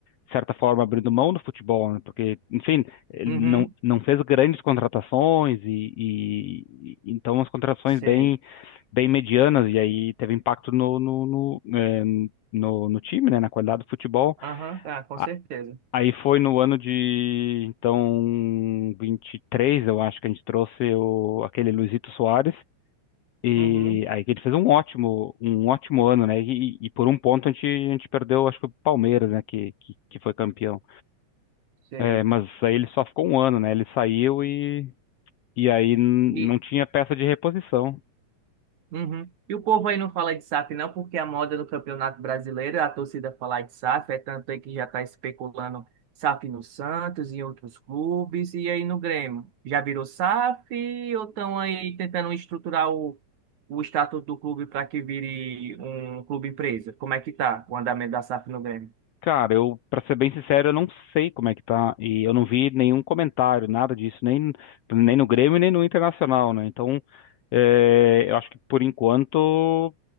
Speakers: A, on the left (about 75°); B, on the right (about 75°).
A: de certa forma abrindo mão do futebol, né? Porque, enfim, ele
B: Uhum,
A: não não fez grandes contratações e, e- e- então as contratações
B: sei.
A: bem bem medianas e aí teve impacto no no, no, eh, no- no time, né? Na qualidade do futebol.
B: Aham, tá, com
A: A-
B: certeza.
A: Aí foi no ano de então 23, eu acho que a gente trouxe o, aquele Luizito Soares e
B: Uhum,
A: aí que ele fez um ótimo, um ótimo ano, né? E, e por um ponto a gente, a gente perdeu, acho que o Palmeiras, né? Que, que, que foi campeão.
B: sei.
A: É, mas aí ele só ficou um ano, né? Ele saiu e, e aí n-
B: E,
A: não tinha peça de reposição.
B: uhum. E o povo aí não fala de SAF não, porque a moda no Campeonato Brasileiro, a torcida falar de SAF, é tanto aí que já está especulando SAF no Santos, em outros clubes, e aí no Grêmio. Já virou SAF ou estão aí tentando estruturar o, o estatuto do clube para que vire um clube empresa? Como é que tá o andamento da SAF no Grêmio?
A: Cara, eu, pra ser bem sincero, eu não sei como é que tá. E eu não vi nenhum comentário, nada disso, nem, nem no Grêmio, nem no Internacional, né? Então, é, eu acho que por enquanto